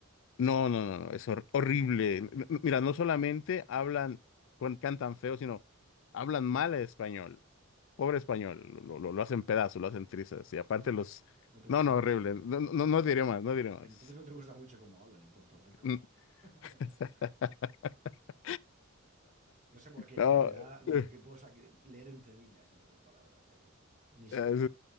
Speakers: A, on the left; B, on the right.
A: No, no, no, no. Es hor- horrible. M- m- Mira, no solamente hablan, cuan- cantan feo, sino hablan mal el español. Pobre español. Lo, lo, lo hacen pedazos, lo hacen trizas. Y aparte
B: No,
A: los.
B: no te
A: No,
B: gustan
A: no,
B: mucho.
A: horrible. No, no, no diré más, no diré más.
B: Entonces no te gusta mucho cómo hablan en Puerto Rico.
A: Mm.
B: <laughs>
A: <laughs>
B: No sé por qué,
A: No.
B: ¿eh? Me da
A: eh,
B: que puedo sa- que leer entre líneas, entre tus palabras ahí. Ni, si-
A: es-